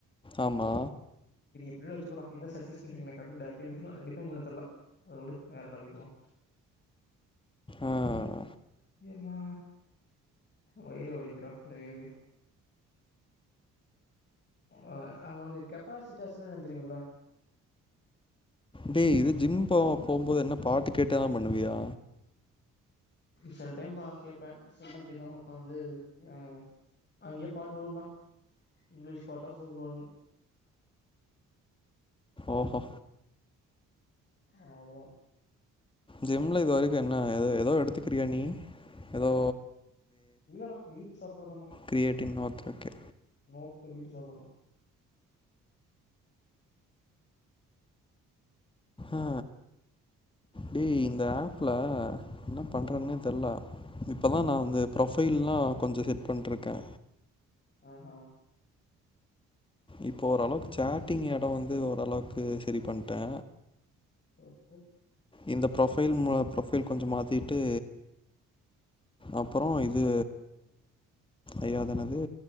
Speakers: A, on the left; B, on the left.
A: ஆமா
B: இப்டின்னு வச்சுகோட இத ஸஸ்டிஃஷன் <unintelligible> டிபைன் பண்ண தெர்ல அத வுடு வேற டாபிக் போலா
A: ஆஹ்
B: ஆமா வயிரே வலிக்கிதுடா இந்த வெயிலுக்கு ஓ ஒனக்கு கெப்பாசிட்டிஸ்னா என்னனு தெரியுல்ல
A: டேய் இது ஜிம் போ போகுபோது என்ன பாட்டு கேட்டல்லா பண்ணுவியா
B: செல டைம் பா கேட்பே செல டைம் கேக்காம உக்காந்து அ அங்கேயே பாட்டு ஓடுண்டா இங்கிலீஷ் பாட்டா போட்டு விடுவானுங்க
A: ஓஹோ
B: ஆ அவ்ளோதா
A: ஜிம்ல இது வரைக்கு என்ன எதோ எதோ எடுத்துக்கிறியா நீ எதோ
B: இல்லடா வீட்டு சாப்பாடு தான்டா
A: கிரியேட்டின் ஓகே ஓகே
B: நோப்பு வீட் சாப்பாடுதா
A: அ டேய் இந்த ஆப்ல என்ன பண்றேன்னே
B: ஆ
A: தெர்ல இப்பதா நா வந்து ப்ரொஃபைல்லா கொஞ்ச செட் பண்ணிட்ருக்கே
B: ஆஹா
A: இப்போ ஓரளவுக்கு சாட்டிங் எடோ வந்து ஓரளவுக்கு செரி பண்ட்டே
B: <unintelligible>
A: இந்த ப்ரொஃபைல் ப்ரொஃபைல் கொஞ்சோ மாத்திட்டு அப்பறோ இது ஐயோ என்னது